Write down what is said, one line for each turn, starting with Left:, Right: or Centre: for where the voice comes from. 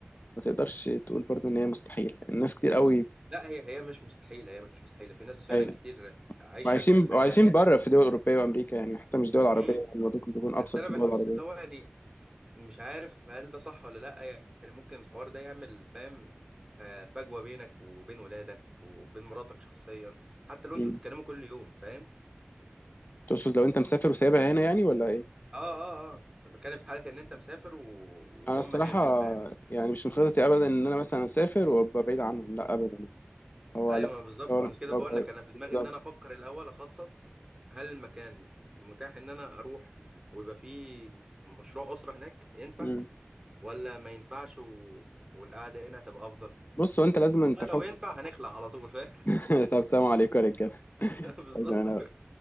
Left: ما تقدرش تقول برضو إن هي مستحيل الناس كتير أوي
Right: لا هي هي مش مستحيلة هي مش مستحيلة في ناس فعلا
Left: عاي-
Right: كتير عايشة
Left: وعايشين
Right: الحياة
Left: وعايشين
Right: دي
Left: بره في دول أوروبية وأمريكا يعني حتى مش دول عربية
Right: امم
Left: الموضوع ممكن يكون
Right: بس
Left: أبسط
Right: انا
Left: في
Right: بحس
Left: دول عربية
Right: اللي هو يعني مش عارف هل ده صح ولا لا يعني ممكن الحوار ده يعمل فاهم آه، فجوة بينك وبين ولادك وبين مراتك شخصيا حتى لو
Left: مم.
Right: انتوا بتتكلموا كل يوم فاهم
Left: تقصد لو انت مسافر وسايبها هنا يعني ولا ايه
Right: اه اه اه انا بتكلم في حاله ان انت مسافر و...
Left: انا
Right: وهم
Left: الصراحه
Right: هنا فاهم
Left: يعني مش من خططي ابدا ان انا مثلا اسافر وابقى بعيد عنهم لا ابدا يعني. هو
Right: ايوه
Left: لو
Right: ما بالظبط
Left: لو
Right: ما انا كده
Left: لو-
Right: بقول لك انا في دماغي
Left: بالظبط
Right: ان انا افكر الاول اخطط هل المكان متاح ان انا اروح ويبقى فيه مشروع اسره هناك ينفع
Left: مم.
Right: ولا ما ينفعش و... والقعده هنا هتبقى افضل
Left: بص هو انت لازم
Right: والله
Left: أن تحط
Right: لو ينفع هنخلع على طول فاهم
Left: <laughs> طب سلام عليكم يا رجاله
Right: <laughs> بالظبط
Left: لازم انا